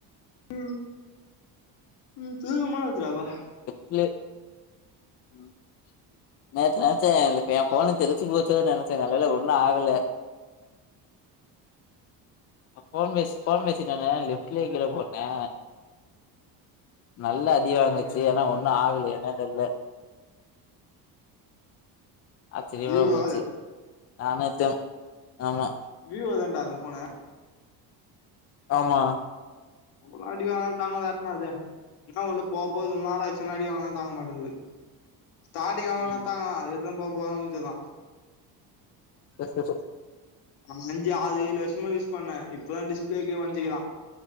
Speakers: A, on the left; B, on the left.
A: ம் ம் தூக்கமா வருதுராப்பா
B: பிளே ம் நேத்து நெனச்சே ஏ ஃபோன்க்கு தெரிச்சு போச்சேன்னு நெனச்சே நல்ல வேள ஒண்ணு ஆகல ஃபோன் பேசி ஃபோன் பேசிட்டு வந்தே லெஃப்ட்லயே கீழ போட்டே நல்ல அடி வாங்குச்சு
A: ம்
B: ஏன்னா ஒண்ணு ஆகல என்னன் தெரில ஆச்சரியமா
A: விவோ
B: போச்சு நானேத்தா ஆமா
A: விவோ தானடா அந்த ஃபோனு
B: ஆமா
A: எவ்ளா அடி வாங்கினாலு தாங்கதாட்னா அது என்ன ஒண்ணு போக போக ரொம்ப நாள் ஆச்சுன்னா அடி வாங்குனா தாங்க மாட்டேங்குது ஸ்டார்டிங் எவ்ளோவேணா
B: ம்
A: தாங்கு அதுக்கு அடுத்துதா போக போகதா முடிஞ்சதா
B: எஸ் ஸ்பெஷல்
A: நா அஞ்சி ஆறு ஏழு வருஷமா யூஸ் பண்ணே இப்பதா டிஸ்பிளேக்கே ஒடஞ்சிக்குதா